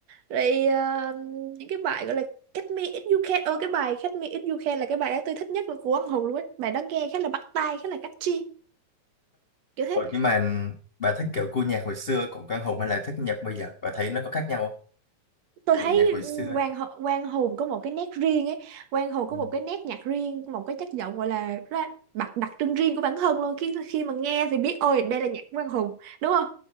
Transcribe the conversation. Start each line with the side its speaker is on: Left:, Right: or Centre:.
Right: rồi ờ, những cái bài gọi là Catch Me If You Can ơ cái bài Catch Me If You Can là cái bài đó tôi thích nhất là của Quang Hùng luôn ấy bài đó nghe khá là bắt tai khá là catchy kiểu
Left: Ờ,
Right: thế
Left: nhưng mà bà thích kiểu gu nhạc hồi xưa của Quang Hùng hay là thích nhạc bây giờ bà thấy nó có khác nhau không
Right: tôi
Left: Kiểu
Right: thấy
Left: nhạc hồi xưa ấy.
Right: Quang Hồ- Quang Hùng có một cái nét riêng ấy Quang Hùng
Left: Ừ.
Right: có một cái nét nhạc riêng một cái chất giọng gọi là ra, đặc đặc trưng riêng của bản thân luôn khi khi mà nghe thì biết ôi đây là nhạc của Quang Hùng đúng không